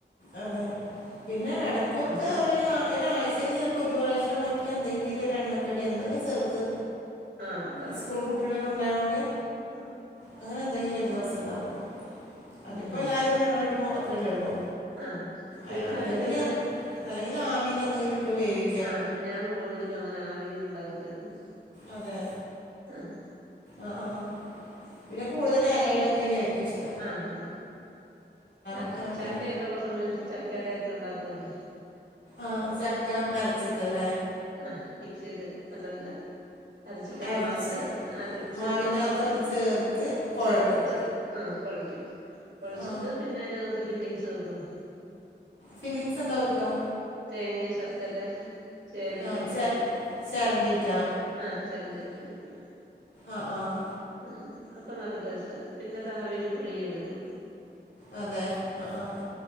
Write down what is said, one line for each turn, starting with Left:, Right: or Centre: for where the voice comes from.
Left: അതെ പിന്നെ എടക്കൊക്കെ
Right: നമ്മള്
Left: ഒര് ഒരാഴ്ചയില് ചിലപ്പോൾ ഒരു പ്രാവശ്യം മറ്റ് എന്തെങ്കിലും ഒരു എണ്ണക്കടി എന്തെങ്കിലും ചെറുത്
Right: ആഹ് ഉണ്ടാക്കും
Left: സ്കൂൾ കുട്ടികള് ഉണ്ടായോണ്ട്
Right: ആഹ്
Left: അങ്ങനെ എന്തെങ്കിലും ഒരു ദിവസം ഇണ്ടാക്കും അതിപ്പോം
Right: ഉം
Left: എല്ലാരും <unintelligible> മാത്രല്ലേ ഉള്ളൂ
Right: ആഹ് വീട്ടിലാരൊക്കെ
Left: അല്ല ഇല്ലെങ്കിൽ
Right: ഉണ്ട്
Left: അല്ലെങ്കിൽ ആവിയിൽ എന്തെങ്കിലും ഇട്ട് വേവിക്കും
Right: ആഹ് ഞാൻ കൂടുതലും അങ്ങനെ ആവിയിൽ ഉണ്ടാക്കത്തേ ഉള്ളു
Left: അതെ.
Right: ആഹ്.
Left: ആഹ് ആഹ് പിന്നെ കൂടുതൽ എലയടൊക്കെന്നെ ഇവര്ക്ക് ഇഷ്
Right: ആഹാ ചക്
Left: അങ്ങനെയൊക്കെ
Right: ചക്കയൊക്കെ ഉള്ള സമയത്ത് ചക്കേടെയൊക്കെ ഉണ്ടാക്കു അല്ലേ
Left: ആഹ് ചക്ക അരച്ചിട്ടല്ലേ.
Right: ആഹ് മിക്സെയ്ത് നല്ലോലെ അരച്ചിട്ടാ
Left: അരച്ച്
Right: മാവിനകത്ത് അരച്ചിട്ട്
Left: മാവിൻ്റെ
Right: മാവിനകത്തങ്ങ്
Left: അകത്ത് അത് ചേർത്ത് കുഴക്കും
Right: ചേർത്ത്. ആഹ് കൊഴക്കും. കൊഴച്ചിട്ട്
Left: ആ
Right: പിന്നെ അയിനകത്ത് ഫില്ലിങ്സ് വെക്കും.
Left: ഫില്ലിങ്ങ്സ് എന്താ വെക്കാ?
Right: തേങ്ങയും, ശർക്കര, ചേലക്കാപ്പൊടി.
Left: ആ ചെ ചിരണ്ടിയിട്ടാ
Right: ആഹ് ചെരണ്ടീട്ട് വയ്ക്കും.
Left: ആഹ് ആഹ്.
Right: ആഹ് അപ്പ നല്ല ടേസ്റ്റാ. പിന്നത് ആവീല് പുഴുങ്ങി എടുക്കും.
Left: അതെ അഹ്ആഹ്